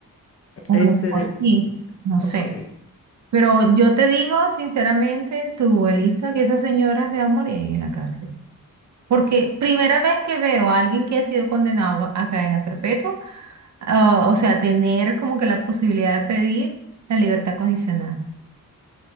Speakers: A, on the right; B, on the left.
A: O
B: Este
A: a lo mejor
B: del... mm,
A: sí, no sé.
B: Ok.
A: Pero yo te digo, sinceramente, tú, Elisa, que esa señora se va a morir ahí en la cárcel. Porque primera vez que veo a alguien que ha sido condenado a cadena perpetua, ah, o sea, tener como que la posibilidad de pedir la libertad condicional,